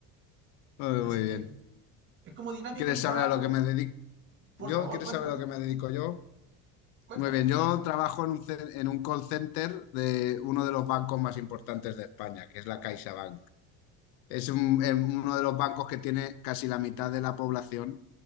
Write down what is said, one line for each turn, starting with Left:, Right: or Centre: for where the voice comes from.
Left: Muy,
Right: Así
Left: muy bien.
Right: que es como dinámico
Left: ¿Quieres
Right: mi
Left: saber
Right: trabajo,
Left: a lo que
Right: pero
Left: me dedico
Right: por
Left: yo?
Right: favor,
Left: ¿Quieres
Right: cuéntame,
Left: saber a lo que me dedico yo?
Right: cuéntame.
Left: Muy bien, yo trabajo en un, ce- en un call center de uno de los bancos más importantes de España, que es la CaixaBank. Es un- em, uno de los bancos que tiene casi la mitad de la población